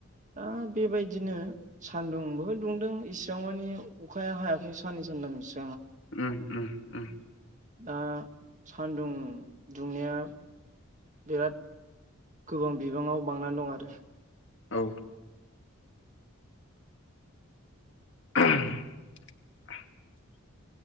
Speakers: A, on the right; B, on the left.
A: दा बेबायदिनो सान्दुंबो दुंदों इसिबां मानि अखाया हायाखै साननै सानथामसो
B: उम उम उम।
A: दा सानदुं दुंनाया बिराद गोबां बिबाङाव बांनानै दं आरो।
B: औ। <unintelligible>